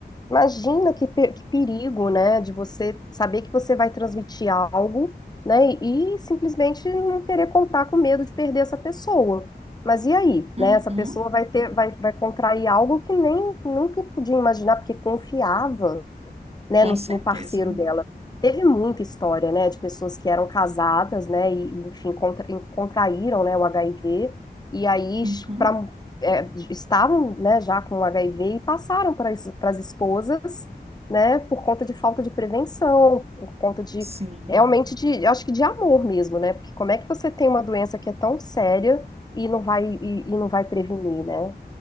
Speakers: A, on the left; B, on the right.
A: Imagina que, pe- que perigo, né, de você saber que você vai transmitir algo, né, e, e simplesmente não querer contar com medo de perder essa pessoa. Mas e aí,
B: Uhum,
A: né? Essa pessoa vai ter, vai, vai contrair algo que nem nunca podia imaginar, porque confiava né,
B: com
A: no,
B: certeza.
A: no parceiro dela. Teve muita história, né, de pessoas que eram casadas, né, e, e, enfim, contra, e contraíram, né, o HIV, e aí
B: Uhum,
A: pra, é, estavam, né, já com o HIV e passaram para as esposas, né, por conta de falta de prevenção, por conta de,
B: sim.
A: realmente, de, eu acho que de amor mesmo, né, porque como é que você tem uma doença que é tão séria e não vai, e, e não vai prevenir, né?